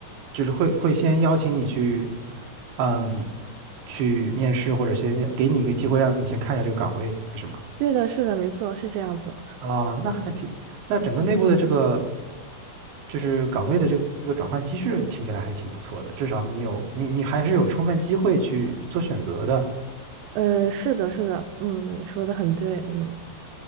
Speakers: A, on the right; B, on the right.
A: 就是会会先邀请你去，嗯，去面试或者先给你一个机会，让你先看一下这个岗位，是吗？
B: 对的，是的，没错，是这样子。
A: 啊，那还挺，那整个内部的这个就是岗位的这个转换机制，听起来还挺不错的。至少你有你你还是有充分机会去做选择的。
B: 呃，是的，是的，嗯，你说的很对，嗯